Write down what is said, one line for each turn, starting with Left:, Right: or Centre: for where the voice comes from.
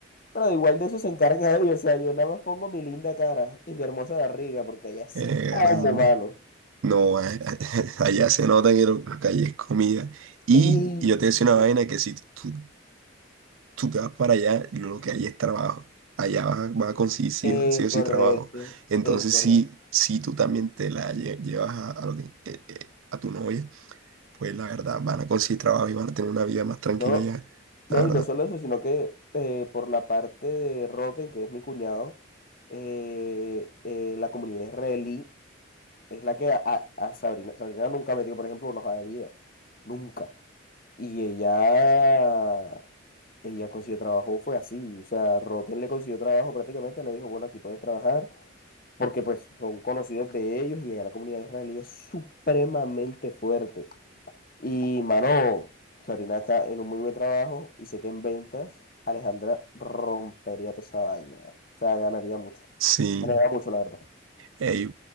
Left: pero de igual de eso se encarga <laughs> ella. O sea, yo nada más pongo mi linda cara y mi hermosa barriga, porque allá sí
Right: Eh,
Left: como,
Right: grande.
Left: mano.
Right: No, a- a- <laughs> allá se nota que lo que hay es comida. Y,
Left: ¡Ey!
Right: y yo te decía una vaina que si tú, tú te vas para allá, lo que hay es trabajo. Allá vas, a vas a conseguir sí,
Left: Es
Right: o sí o sí
Left: correcto,
Right: trabajo. Entonces,
Left: es correcto.
Right: si, si tú también te la lle- llevas a, a lo que, eh, eh, a tu novia, pues la verdad van a conseguir trabajo y van a tener una vida más tranquila
Left: No,
Right: allá.
Left: no,
Right: La verdad.
Left: y no solo eso, sino que eh, por la parte de Roten, que es mi cuñado, eh, eh, la comunidad israelí es la que a, a- a Sabrina, Sabrina nunca metió, por ejemplo, una hoja de vida. Nunca. Y ella, ella consiguió trabajo, fue así. O sea, Roten le consiguió trabajo prácticamente, le dijo, bueno, aquí puedes trabajar, porque pues son conocidos de ellos y la comunidad israelí es supremamente fuerte. Y, mano, Sabrina está en un muy buen trabajo y sé que en ventas Alejandra rompería toda esa vaina. O sea, ganaría mucho.
Right: Sí.
Left: Ganaría mucho, la verdad.
Right: Ey,